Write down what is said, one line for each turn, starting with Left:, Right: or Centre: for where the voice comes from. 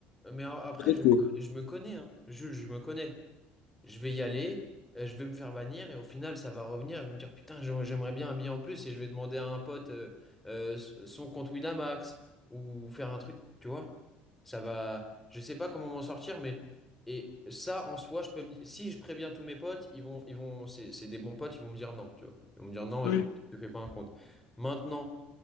Centre: Mais a- après,
Left: Peut-être
Centre: je me,
Left: que
Centre: co- je me connais, hein. Jules, je me connais. je vais y aller, euh, je vais me faire bannir et au final ça va revenir et je vais me dire putain j'a- j'aimerais bien un billet en plus et je vais demander à un pote euh, euh, s- son compte Winamax ou faire un truc, tu vois? Ça va, je sais pas comment m'en sortir mais et ça en soi je peux me- si je préviens tous mes potes, ils vont ils vont c'est c'est des bons potes, ils vont me dire non, tu vois. Ils vont me dire non,
Left: ouais,
Centre: je te fais pas un compte. Maintenant